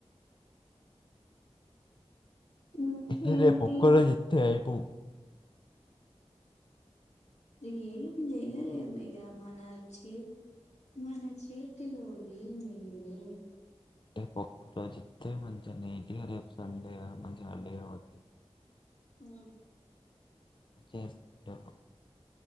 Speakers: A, on the left (about 80°); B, on the left (about 45°).
A: ఇంకేంటి
B: తే రేపు ఒక్క రోజు ఇత్తే పు
A: ఏం చేయలేము ఇగ మన చే మన చేతిలో ఏమీ లే
B: తే ఒక్క రోజే తెమంతే నీకి రేప్ సండే కదా కొంచం మండే అడటి <unintelligible>
A: ఆ
B: చేస్తారు